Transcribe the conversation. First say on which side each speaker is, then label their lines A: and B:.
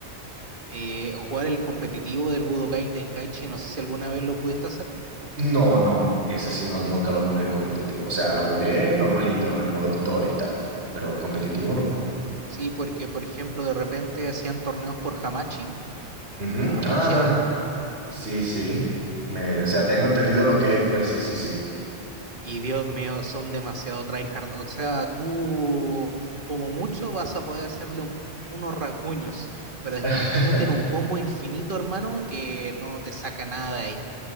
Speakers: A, on the right (about 50°); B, on the right (about 85°).
A: eh, jugar el competitivo del Budokai Tenkaichi, no sé si alguna vez lo pudiste hacer.
B: No, no, ese sí no, nunca lo jugué en competitivo. O sea, lo jugué normalito, el modo historia y tal, pero competitivo no.
A: Sí, porque por ejemplo de repente hacían torneos por Hamachi,
B: Ujú,
A: que Hamachi,
B: Ajá, sí, sí. Me, o sea, tengo entendido lo que es, pues sí, sí, sí.
A: y Dios mío, son demasiado tryhard. O sea, tú como mucho vas a poder hacerle un- unos rasguños, pero después
B: <laughs>
A: te meten un combo infinito, hermano, que no te saca nada de ahí.